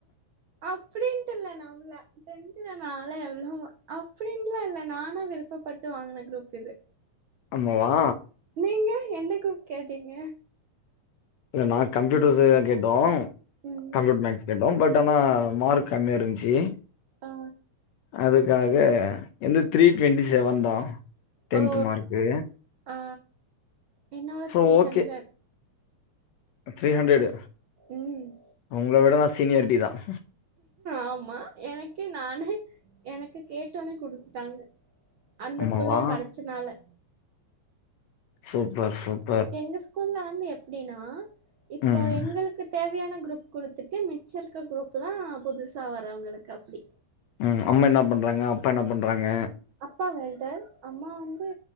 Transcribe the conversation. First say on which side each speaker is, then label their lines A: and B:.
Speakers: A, on the right; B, on the left.
A: அப்படின்னுட்டு இல்ல நாமல டென்தல நால எவ்வளவு அப்படின்னுல இல்ல நானா விருப்பப்பட்டு வாங்கின குரூப் இது
B: ஆமாவா
A: நீங்க என்ன குரூப் கேட்டீங்க
B: இல்லை நான் கம்ப்யூட்டர் கேட்டோம்
A: ம்
B: மேக்ஸ் கேட்டும் பட் ஆனா மார்க் கம்மியா இருந்துச்சு
A: ஆ
B: அது அதுக்காக வந்து த்ரீ டு்வெண்ட்டி செவன் தான் டென்த்
A: ஓ
B: மார்க்கு
A: ஆ என்னோட
B: so
A: three
B: okay
A: hundred
B: three hundred
A: ம்
B: உங்கள விட நான் சீனியரிட்டி தான்
A: ஆமா எனக்கு நானே எனக்கு கேட்டோனே குடுத்துட்டாங்க அந்த
B: அம்மாவா
A: ஸ்கூல்லேயே படிச்சனால
B: சூப்பர் சூப்
A: எங்க ஸ்கூல்ல வந்து எப்டினா இப்போ
B: ம்
A: எங்களுக்கு தேவையான குரூப் குடுத் து மிச்ச இருக்க குரூப் தான் புதுசா வரவங்களுக்கு அப்படி
B: ம் அம்மா என்ன பண்றாங்க அப்பா என்ன பண்றாங்க
A: அப்பா வெல்டர் அம்மா வந்து